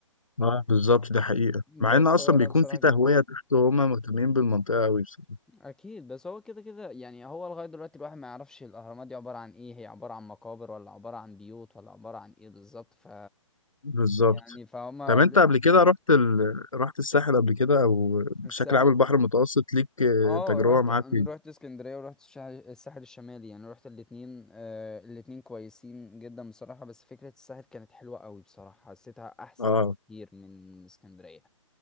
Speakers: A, on the left; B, in the centre.
A: اه بالظبط ده حقيقة مع
B: بس
A: ان اصلا
B: هو لا
A: بيكون
B: بصراحة
A: في تهوية
B: جدا
A: تحت وهم مهتمين بالمنطقة قوي بصراحة
B: أكيد بس هو كده كده يعني هو لغاية دلوقتي الواحد ما يعرفش الأهرامات دي عبارة عن إيه هي عبارة عن مقابر ولا عبارة عن بيوت ولا عبارة عن إيه بالظبط ف
A: بالظبط
B: يعني فهما
A: طب انت
B: ل-
A: قبل كده رحت ال... رحت الساحل قبل كده او بشكل
B: الساحل
A: عام البحر المتوسط ليك آه،
B: اه
A: تجربة
B: رحت
A: معاه
B: أنا
A: فيه
B: رحت اسكندرية ورحت الشاحل- الساحل الشمالي يعني رحت الاتنين آه الاتنين كويسين جدا بصراحة بس فكرة الساحل كانت حلوة قوي بصراحة حسيتها أحسن
A: اه
B: كتير من اسكندرية